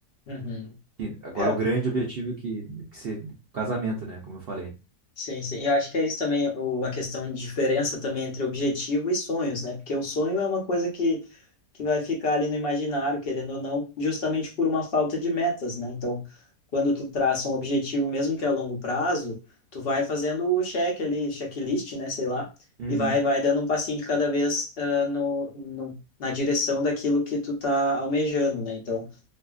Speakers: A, on the left; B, on the right.
A: uhum.
B: E agora
A: É,
B: o grande objetivo que, que ser casamento, né? Como eu falei.
A: sim, sim. Eu acho que é isso também, o, a questão de diferença também entre objetivo e sonhos, né? Porque o sonho é uma coisa que que vai ficar ali no imaginário, querendo ou não, justamente por uma falta de metas, né? Então, quando tu traça um objetivo, mesmo que a longo prazo, tu vai fazendo o check ali, checklist, né? Sei lá,
B: Uhum,
A: e vai, vai dando um passinho de cada vez ah, no, no, na direção daquilo que tu tá almejando, né? Então,